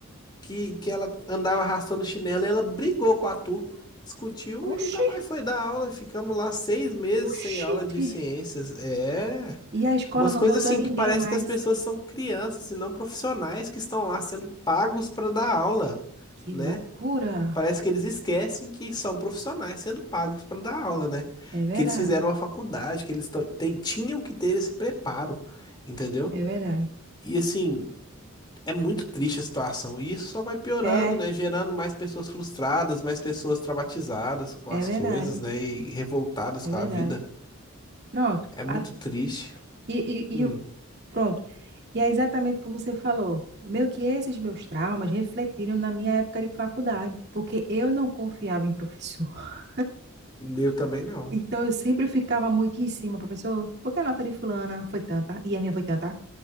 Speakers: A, on the left; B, on the right.
A: que, que ela andava arrastando chinelo, e ela brigou com a turma, discutiu
B: Oxi,
A: e nunca mais foi dar aula. e Ficamos lá seis meses
B: oxente.
A: sem aula de ciências. É.
B: E a escola
A: Umas
B: não
A: coisas
B: botou
A: assim
B: ninguém
A: que parece
B: mais.
A: que as pessoas são crianças e não profissionais que estão lá sendo pagos para dar aula,
B: Que
A: né?
B: loucura.
A: Parece que eles esquecem que são profissionais sendo pagos para dar aula, né?
B: É verdade,
A: Que eles fizeram a faculdade, que eles to- tem- tinham que ter esse preparo, entendeu?
B: é verdade.
A: E assim, é muito triste a situação. E isso só vai piorando,
B: É,
A: né? Gerando mais pessoas frustradas, mais pessoas traumatizadas com
B: é
A: as
B: verdade,
A: coisas, né? E revoltadas
B: é
A: com
B: verdade.
A: a vida.
B: Pronto.
A: É
B: A-
A: muito triste.
B: E,
A: Hum,
B: e, e o Pronto. E é exatamente como você falou. Meio que esses meus traumas refletiram na minha época de faculdade, porque eu não confiava em professor. <laughs>
A: eu também não.
B: Então eu sempre ficava muito em cima, professor, por que a nota de fulana foi tanta e a minha foi tanta?